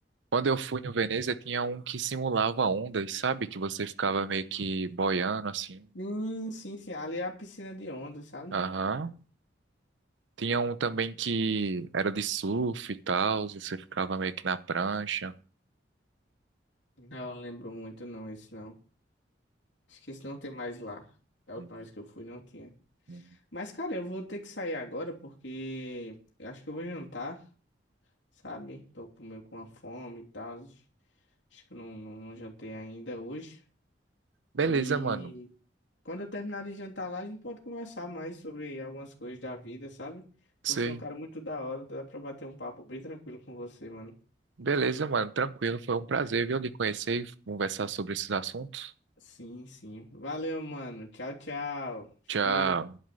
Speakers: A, on the right (about 90°); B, on the left (about 80°).
A: quando eu fui no Veneza, tinha um que simulava ondas, sabe? Que você ficava meio que boiando, assim.
B: Sim, sim, sim. Ali é a piscina de onda, sabe?
A: Aham. Tinha um também que era de surf e tal, e você ficava meio que na prancha.
B: Não, lembro muito não, esse não. Acho que esse não tem mais lá. Da última
A: Uhum.
B: vez que eu fui não tinha.
A: uhum.
B: Mas, cara, eu vou ter que sair agora porque eu acho que eu vou jantar. sabe? Tô com- meio com uma fome e tal. Acho que eu não, não, não jantei ainda hoje.
A: Beleza,
B: E
A: mano.
B: quando eu terminar de jantar lá, a gente pode conversar mais sobre algumas coisas da vida, sabe?
A: Sei.
B: Você é um cara muito da hora, dá pra bater um papo bem tranquilo com você, mano.
A: Beleza, mano. Tranquilo. Foi um prazer, viu, lhe conhecer e conversar sobre esses assuntos.
B: Sim, sim. Valeu, mano. Tchau, tchau. Cheiro.
A: Tchau.